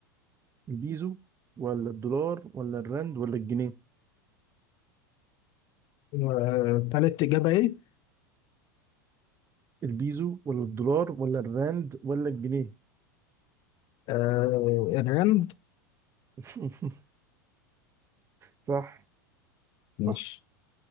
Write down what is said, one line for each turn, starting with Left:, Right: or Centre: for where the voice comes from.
Right: البيزو ولا الدولار ولا الرند ولا الجنيه؟
Left: آه، تالت إجابة إيه؟
Right: البيزو ولا الدولار ولا الراند ولا الجنيه
Left: آه، الرند
Right: <laughs> صح
Left: ماشي
Right: صح